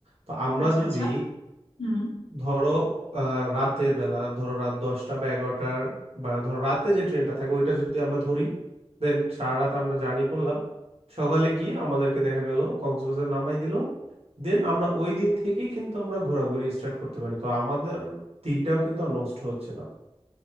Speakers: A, on the right (about 70°); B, on the left (about 60°).
A: তো আমরা
B: আচ্ছা
A: যদি
B: আচ্ছা হুম
A: ধরো আহ, রাতের বেলা ধরো রাত দশটা বা এগারোটার বা ধরো রাতে যে ট্রেনটা থাকে ওইটা যদি আমরা ধরি দেন সারা রাত আমরা জার্নি করলাম সকালে গিয়ে আমাদেরকে দেখা গেল কক্সবাজার নামাই দিল দেন আমরা ওই দিন থেকেই কিন্তু আমরা ঘোরাঘুরি স্টার্ট করতে পারি তো আমাদের দিনটাও কিন্তু আর নষ্ট হচ্ছে না